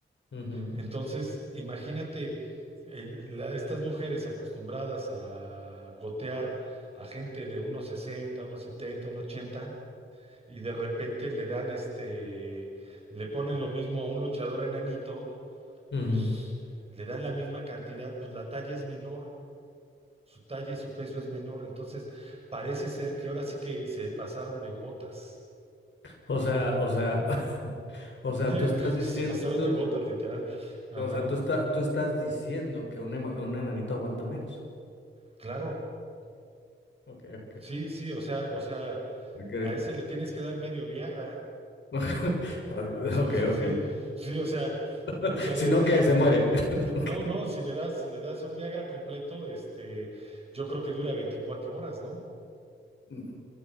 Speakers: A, on the left; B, on the right.
A: ujú,
B: Entonces, imagínate, eh, la- estas mujeres acostumbradas a gotear a gente de unos 60, unos 70, unos 80, y de repente le dan este, le ponen lo mismo a un luchador enanito,
A: ujú.
B: pues le dan la misma cantidad, pues la talla es menor, su talla y su peso es menor, entonces parece ser que ahora sí que se pasaron de gotas,
A: O sea, o sea, <laughs> o sea,
B: <laughs>
A: tú estás diciendo,
B: se pasaron
A: tú-
B: de gotas,
A: tú-
B: literal. Ajá,
A: o sea, tú, está- tú estás diciendo que un, emo- un enanito aguanta menos.
B: claro.
A: Ok, ok.
B: Sí, sí, o sea, o sea,
A: De que-
B: a ese le tienes que dar medio Viagra.
A: <laughs> A ver,
B: O sea,
A: Ok,
B: <laughs> sí,
A: ok.
B: sí, o sea,
A: <laughs>
B: o sea,
A: Sino
B: le-
A: que se muere. <laughs>
B: sí,
A: Ok.
B: no, no, si le das, si le das un Viagra completo, este, yo creo que dura 24 horas, ¿no?
A: Mm,